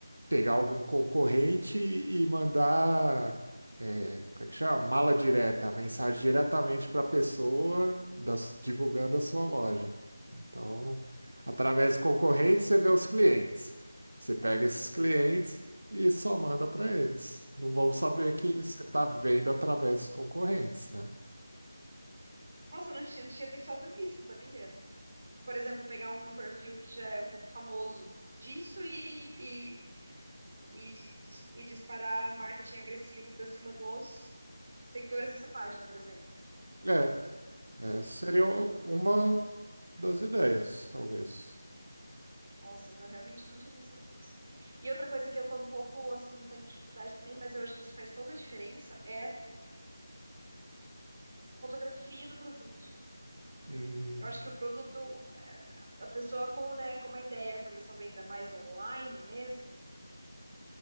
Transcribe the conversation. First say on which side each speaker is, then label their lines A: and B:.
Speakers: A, on the right; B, on the right.
A: pegar algum concorrente e mandar, é, como é que chama? Mala direta, a mensagem diretamente para a pessoa das- divulgando a sua loja. Então, através do concorrente, você vê os clientes. Você pega esses clientes e só manda para eles. Não vão saber
B: Hum.
A: que você está vendo através dos concorrentes, né?
B: Nossa, eu não tinha, não tinha pensado nisso, sabia? por exemplo, pegar um perfil que já é um pouco famoso disso e, e, e, e disparar marketing agressivo para cima dos seguidores dessa página, por exemplo.
A: É, é, seria
B: Hum,
A: uma das ideias, talvez.
B: nossa, não, realmente eu não tinha pensado nisso. E outra coisa que eu tô um pouco assim, tendo dificuldade também, mas eu acho que isso faz toda a diferença, é fotografia do produto.
A: Hum,
B: Eu acho que o produto, eh, a pessoa com, né, com uma ideia é fazer essa venda mais online mesmo,